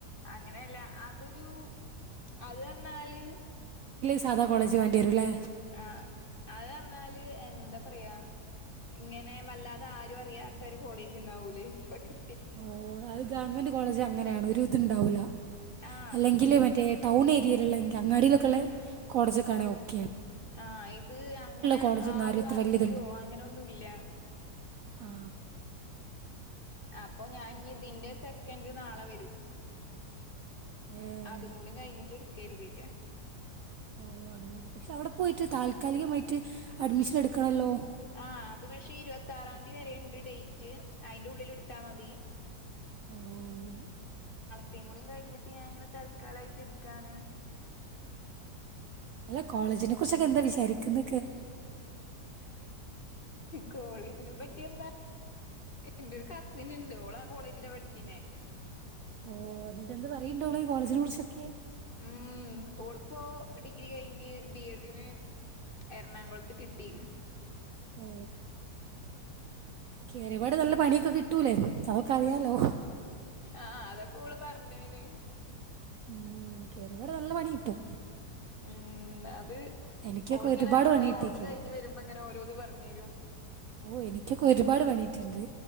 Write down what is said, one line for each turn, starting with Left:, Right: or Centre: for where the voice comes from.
Left: അങ്ങനെല്ല അതൊരു അത് അർഞ്ഞാല്
Right: സാതാ കോളേജ് വേണ്ടിവരും ല്ലെ
Left: ആ അത് പറഞ്ഞാല് എന്ത പറയാ ഇങ്ങനെ വല്ലാതെ ആരും അറിയാത്ത ഒര് കോളേജ് ണ്ടാവൂല ഇപ്പൊ കി
Right: ഓ അത് ഗവൺമെന്റ് കോളേജ് അങ്ങനെയാണ് ഒരു ഇത്ണ്ടാവൂല
Left: ആഹ്
Right: അല്ലെങ്കില് മറ്റേ ടൗൺ ഏരിയയിലുള്ളങ്കി അങ്ങാടിയിലൊക്കെള്ള കോളേജൊക്കാണേങ്കി ഓ
Left: ആ ഇത് അങ്ങനെ
Right: കോളേജൊന്നും
Left: ആരു
Right: ആരും അത്ര
Left: അറിയോ
Right: വലിയ
Left: അങ്ങനെ ഒന്നുല്ല
Right: ആ
Left: അപ്പൊ ഞാൻ ഞ്ഞി ഇതിന്റെ സെക്കൻഡ് നാളെ വരും
Right: ഏഹ്
Left: അതും കൂടി കഴിഞ്ഞിട്ട് എടുക്കര്തീറ്റാ
Right: ഓ അങ്ങനെ പക്ഷെ അവിടെ പോയിട്ട് താൽക്കാലികമായിട്ട് അഡ്മിഷൻ എടുക്കണല്ലോ
Left: ആ അത് പക്ഷെ ഇരുപത്തി ആറാംതി വരെണ്ട് ഡേറ്റ് അയിന്റുള്ളിൽ ഇട്ത്താ മതി
Right: ഓ അങ്ങനെ
Left: ത്തിം കൂടിം കഴിഞ്ഞിട്ട് ഞാൻ ഇങ്ങനെ തൽക്കാലായിട്ട് ഇട്ക്കാണ്
Right: അല്ല കോളേജിനെ കുറിച്ചൊക്കെ എന്താ വിചാരിക്കുന്ന
Left: കോളേജിനെ പറ്റി എ എന്റെരു കസിൻ ഇണ്ട് ഓളാ കോളേജില പഠിച്ചീനെ
Right: ഓ എന്നിട്ട എന്ത് പറയണ്ടോള് കോളേജിനെ കുറിച്ചൊക്കെ
Left: ഉം ഓള്പ്പോ ഡിഗ്രി കഴിഞ്ഞ് ബിഎഡിന് എറണാകുളത്ത് കിട്ടിക്ണ്
Right: ഓ കേറിപാട് നല്ല പണിയൊക്കെ കിട്ടൂലേ അതൊക്കെ അറിയാലോ
Left: ആ അതൊകെ ഓള് പറഞ്ഞേനി
Right: ഉം കേയറിയപാടെ നല്ല പണി കിട്ടും
Left: ഉം അത്
Right: എനിക്കൊക്കെ
Left: ഓള്
Right: ഒരുപാട്
Left: ങ്ങനെ
Right: പണി കിട്ടിക്ക്
Left: ഓൾത് കഴിഞ്ഞ് വരുമ്പോ ഇങ്ങനെ ഓരോന്ന് പറഞ്ഞരും
Right: ഓ എനിക്കൊക്കെ ഒരുപാട് പണിട്ടിണ്ട്